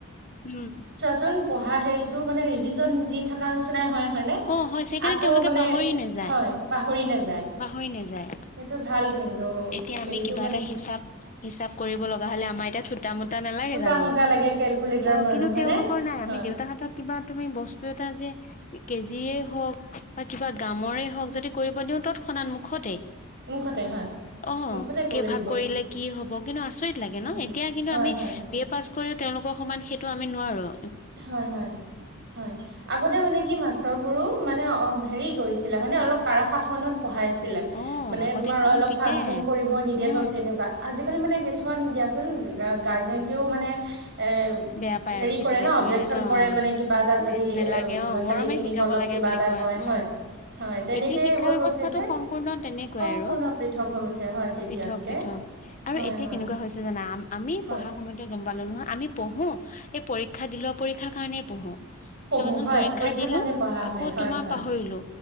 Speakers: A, on the left; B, on the right.
A: উম।
B: কিছুমান পঢ়া হেৰিতটো মানে ৰিভিজন দি থকা নিচনাই হয় হয়নে?
A: অ', হয় সেইকাৰণে
B: আকৌ
A: তেওঁলোকে
B: মানে
A: পাহৰি নাযায়
B: হয়, পাহৰি নাযায়।
A: পাহৰি নাযায়।
B: সেইটো ভাল কিন্তু
A: এতিয়া
B: হেৰিটো
A: আমি কিবা
B: মানে
A: এটা হিচাপ হিচাপ কৰিব লগা হ'লে আমাৰ এতিয়া থো টা মোটা নালাগে
B: থুটা
A: জানো?
B: মুটা লাগে কেলকুলেটাৰ
A: অ'
B: মাৰো
A: কিন্তু
B: হয়নে
A: তেওঁওলোকৰ নাই।
B: হয়
A: আমি দেউতাহঁতক কিবা তুমি বস্তু এটা যে কেজিয়েই হওঁক বা কিবা গ্ৰামৰে হওঁক যদি কৰিব দিওঁ তৎক্ষণাত মুুখতেই
B: মুখাতে হয়।
A: অ'
B: মুখতে কৈ
A: কেই
B: দিব
A: ভাগ কৰিলে কি হ'ব, কিন্তু আচৰিত লাগে
B: হয়
A: ন। এতিয়া কিন্তু
B: হয়
A: আমি
B: হয়
A: বি এ পাছ কৰিও তেওঁলোকৰ সমান সেইটো আমি নোৱাৰোঁ।
B: হয়, হয়, হয়। আগতে মানে কি মাষ্টৰ বোৰো মানে অ' হেৰি কৰিছিলে মানে অলপ কাৰা শাসনত পঢ়াইছিলে
A: অ
B: মানে
A: আগতে
B: তোমাৰ
A: কম
B: অলপ
A: পিতে
B: ফাং ফুং কৰিব নিদিয়ে
A: উম
B: ধৰক তেনেকুৱা। আজিকালি মানে কিছুমান দিয়াচোন গাৰ্জেনটেও মানে এ
A: বেয়া পায়
B: হেৰি
A: আৰু পিতিলে
B: কৰে ন অবজেকচন
A: কৰিলে। অ'
B: কৰে
A: অ'
B: মানে কিবা এটা যদি
A: নেলাগে
B: এ ল'ৰা
A: অ'
B: ছোৱালী
A: মৰমেৰে
B: খিনিক
A: শিকাব
B: অলপ
A: লাগে
B: কিবা
A: বুলি
B: এটা
A: কয়
B: হয়
A: উম।
B: হয় তেনেকেই
A: এটি শিক্ষা
B: হৈ
A: ব্যৱস্থাটো
B: গৈছে যে
A: সম্পূৰ্ণ তেনেকুৱাই
B: সম্পূৰ্ণ
A: আৰু
B: পৃথক হৈ গৈছে হয় তেতিয়াতকে
A: পৃথক পৃথক। আৰু
B: হয়
A: এতিয়া
B: হয়
A: কেনেকুৱা হৈছে জানা? আম আমি
B: হয়
A: পঢ়াৰ সময়তে গ'ম পালোঁ নহয়। আমি পঢ়োঁ এই পৰীক্ষা দিলো আৰু পৰীক্ষাৰ কাৰণেই পঢ়োঁ।
B: পঢ়ো
A: চাবাচোন
B: হয়
A: পৰীক্ষা
B: পৰীক্ষাৰ
A: দিলো
B: কাৰণে পঢ়া হয়
A: আকৌ
B: হয়
A: তোমাৰ
B: হয়
A: পাহৰিলো।